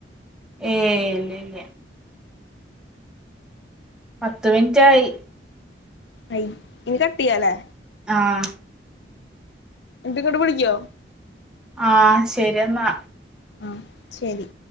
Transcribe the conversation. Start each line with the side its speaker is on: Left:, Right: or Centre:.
Centre: ഏല്ലല്ല പത്ത് മിനിറ്റ് ആയി
Left: ആയി ഇനി കട്ടിയാലെ
Centre: ആഹ്
Left: എന്ത് ഇങ്ങോട്ട് വിളിക്കോ
Centre: ആ ശരിന്നാ
Left: ആ ശരി